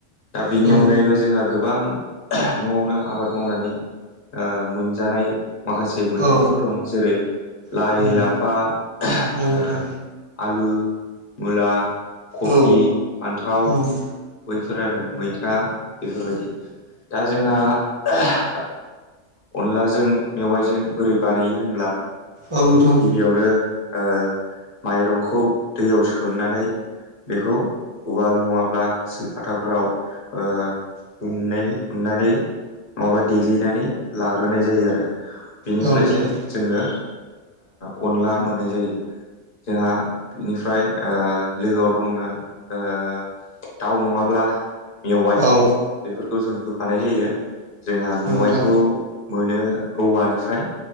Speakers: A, on the left; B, on the right.
A: दा बेनि
B: औ
A: अनगायैबो जोंहा गोब बां न'आवनो आबाद मावनानै ओ मोनजानाय माखासे मैगंफोर
B: औ
A: दं जेरै लाइ
B: नोंथां
A: लाफा
B: औ
A: फा <unintelligible>
B: औ
A: ओ
B: नोंथां
A: आलु मुला कफि
B: औ
A: फान्थाव
B: औ
A: बैफोर आरो मैथा बेफोरबायदि दा जोंहा <unintelligible> ओ अनलाजों मेवाइजों बोरै बानायो होनब्ला
B: औ नोथां
A: बेयावनो ओ माइरंखौ दैयाव सोमनानै बेखौ उवाल नङाब्ला सिलपाथाफोराव ओ उननाय उननानै नङाबा देग्लिनानै लाग्रोनाय जायो आरो बेनिफ्रायसो
B: औ नोंथां
A: जोङो ओ अनला मोननाय जायो जोंहा बिनिफ्राय ओ लोगोआव दंमोन ओ दाउ नङाब्ला मेवाइ
B: औ
A: बेफोरखौ जों होफानाय जायो जोंहा मेवाइखौ
B: औ नोंथां
A: मोनो औवानिफ्राय